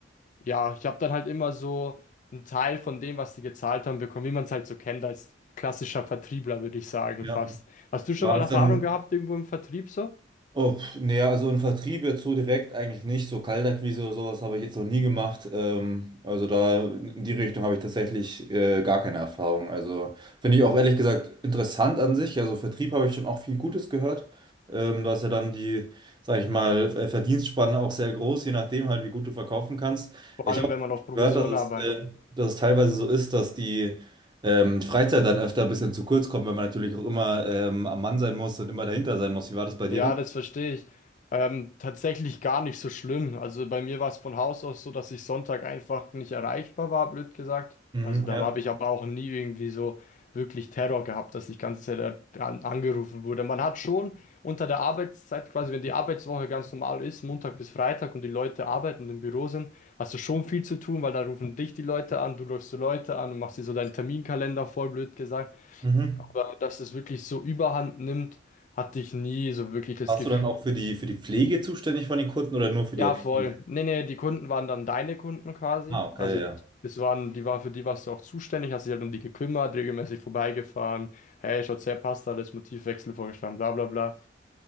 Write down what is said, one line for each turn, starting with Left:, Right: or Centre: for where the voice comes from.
Left: ja, ich habe dann halt immer so einen Teil von dem, was die gezahlt haben, bekommen, wie man es halt so kennt als klassischer Vertriebler, würde ich sagen,
Right: Ja.
Left: fast. Hast du schon
Right: war
Left: mal
Right: das
Left: Erfahrung
Right: dann?
Left: gehabt irgendwo im Vertrieb so?
Right: Oh, pf, nee, also im Vertrieb jetzt so direkt eigentlich nicht. So Kaltakquise oder sowas habe ich jetzt noch nie gemacht. Ähm, also da in die Richtung habe ich tatsächlich äh, gar keine Erfahrung. Also finde ich auch ehrlich gesagt interessant an sich. Also Vertrieb habe ich schon auch viel Gutes gehört. Ähm, da ist ja dann die, sag ich mal, Ver- Verdienstspanne auch sehr groß, je nachdem halt, wie gut du verkaufen kannst.
Left: Vor
Right: Ich
Left: allem,
Right: habe
Left: wenn
Right: auch
Left: man auf Provision
Right: gehört, dass
Left: arbeitet.
Right: es, äh, dass es teilweise so ist, dass die ähm, Freizeit dann öfter ein bisschen zu kurz kommt, wenn man natürlich auch immer ähm, am Mann sein muss und immer dahinter sein muss. Wie war das bei dir
Left: Ja, das verstehe ich. Ähm, tatsächlich gar nicht so schlimm. Also bei mir war es von Haus aus so, dass ich Sonntag einfach nicht erreichbar war, blöd gesagt.
Right: Mhm,
Left: Also da
Right: ja.
Left: habe ich aber auch nie irgendwie so wirklich Terror gehabt, dass ich die ganze Zeit er- an, angerufen wurde. Man hat schon unter der Arbeitszeit, quasi wenn die Arbeitswoche ganz normal ist, Montag bis Freitag und die Leute arbeiten und im Büro sind, hast du schon viel zu tun, weil da rufen dich die Leute an, du rufst die Leute an und machst dir so deinen Terminkalender voll, blöd gesagt.
Right: Mhm.
Left: Aber dass es wirklich so überhand nimmt, hatte ich nie so wirklich das
Right: Warst
Left: Gefühl.
Right: du dann auch für die, für die Pflege zuständig von den Kunden oder nur für
Left: Ja,
Right: die Akquise?
Left: voll. Nee, nee, die Kunden waren dann deine Kunden quasi.
Right: Ah, okay,
Left: Also
Right: ja.
Left: es waren, die waren, für die warst du auch zuständig, hast dich halt um die gekümmert, regelmäßig vorbeigefahren. Hey, schaut's her, passt alles, Motivwechsel vorgeschlagen, bla bla bla.